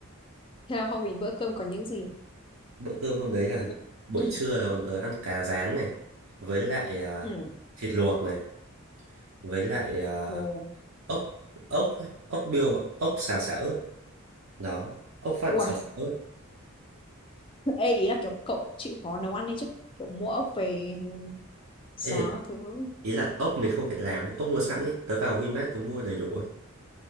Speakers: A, on the left; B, on the right.
A: Thế là hôm ý bữa cơm có những gì?
B: bữa cơm hôm đấy là
A: <coughs>
B: buổi trưa là bọn tớ ăn cá rán này với lại à,
A: Ừ.
B: thịt luộc này với lại à,
A: Ồ.
B: ốc ốc ấy, ốc biêu ốc xào xả ớt đó ốc vặn
A: Uầy,
B: xào xả ớt
A: ê ý là kiểu cậu chịu khó nấu ăn đấy chứ. Kiểu mua ốc về xào
B: ê
A: các thứ.
B: ý là ốc mình không phải làm ấy ốc mua sẵn ấy tớ vào Winmart tớ mua đầy đủ ấy